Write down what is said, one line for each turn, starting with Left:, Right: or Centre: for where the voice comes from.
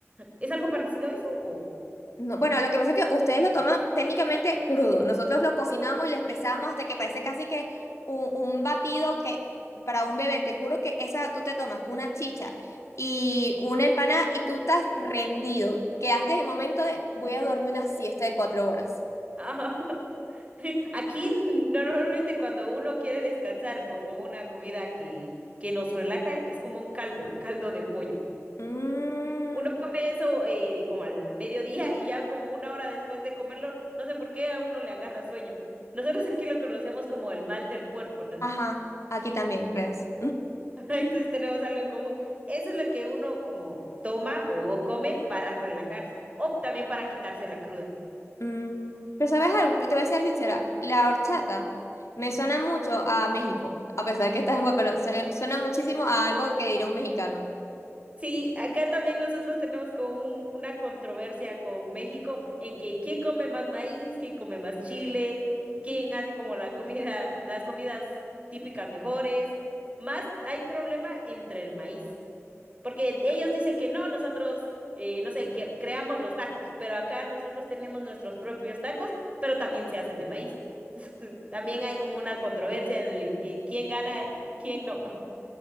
Right: ¿Es algo parecido a eso o?
Left: No, bueno, lo que pasa es que ustedes lo toman técnicamente crudo. Nosotros lo cocinamos y lo espesamos hasta que parece casi que un, un batido que para un bebé, te juro que esa tú te tomas una chicha y una empanada y tú estás rendido. Quedaste en el momento de voy a dormir una siesta de cuatro horas.
Right: <laughs> <laughs> Aquí normalmente cuando uno quiere descansar o como una comida que, que nos relaja, es como un caldo, un caldo de pollo.
Left: Mm,
Right: Uno come eso eh, como al mediodía y ya como una hora después de comerlo, no sé por qué a uno le agarra sueño. Nosotros aquí lo conocemos como el mal del puerco, ¿no? es?
Left: ajá, aquí también, no creas.
Right: <laughs> Entonces tenemos algo en común. Eso es lo que uno como toma o come para relajarse o también para quitarse la cruda.
Left: Mm, pero ¿sabes algo? Que te voy a ser sincera. La horchata me suena mucho a México, a pesar que está en Guacamole. Su- Suena muchísimo a algo que diría un mexicano.
Right: Sí, acá también nosotros tenemos como un- una controversia con México en que quién come más maíz, quién come más chile, quién hace como la comida, <laughs> las comidas típicas mejores. Más hay problema entre el maíz, porque ellos dicen que no, nosotros, eh, no sé, que creamos los tacos, pero acá nosotros tenemos nuestros propios tacos, pero también se hacen de maíz. <laughs> Entonces, también hay como una controversia en el que- en quién gana, quién no.